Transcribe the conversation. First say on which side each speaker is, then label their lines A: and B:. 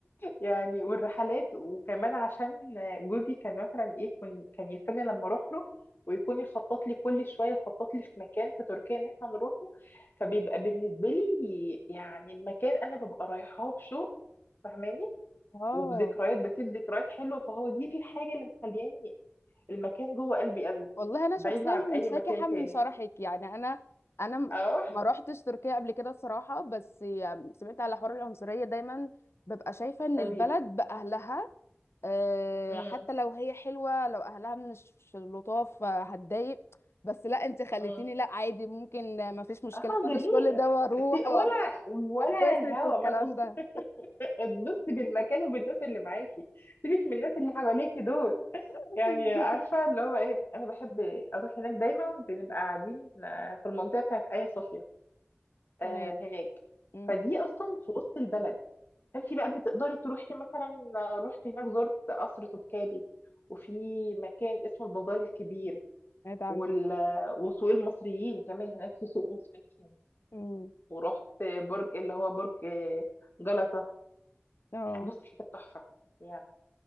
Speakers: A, on the left; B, on the left.
A: يعني والرحلات وكمان عشان جوزي كان مثلا ايه كان كان يستنى لما اروح له ويكون يخطط لي كل شويه يخطط لي في مكان في تركيا ان احنا نروحه فبيبقى بالنسبه لي يعني المكان انا ببقى رايحاه بشوق فاهماني
B: اه
A: وبذكريات بسيب ذكريات حلوه فهو دي الحاجه اللي مخلياني المكان جوه قلبي قوي
B: والله انا
A: بعيد
B: شخصيا
A: عن
B: منسكحه
A: اي مكان
B: من
A: تاني
B: شرحك يعني انا انا م-
A: اروح
B: ما روحتش تركيا قبل كده الصراحه بس يعني سمعت على حوار العنصريه دايما ببقى شايفه ان
A: ابي
B: البلد باهلها آه،
A: امم
B: حتى لو هي حلوة لو أهلها مش لطاف آه، هتضايق بس لا انت خليتيني
A: امم
B: لا عادي ممكن آه، مفيش مشكلة
A: اه جميل
B: مش كل ده واروح
A: في- ولا
B: و-
A: ولا
B: <laughs> واتبسط
A: الهوا
B: والكلام
A: ما تبص
B: ده
A: <laughs> تبص بالمكان وبالناس اللي معاكي سيبك من الناس اللي حواليكي دول
B: <laughs>
A: يعني عارفه اللي هو ايه انا بحب اروح هناك دايما بنبقى قاعدين آه، في المنطقه بتاعت ايا صوفيا آه،
B: تمام
A: هناك
B: امم
A: فدي اصلا في وسط البلد فانت بقى بتقدري تروحي مثلا رحت هناك زرت قصر توبكابي وفي مكان اسمه البازار الكبير
B: سمعت عنه
A: وال... وسوق المصريين كمان هناك في سوق مصريين
B: امم
A: ورحت برج اللي هو برج جلطة
B: اه
A: بص حاجات تحفة يعني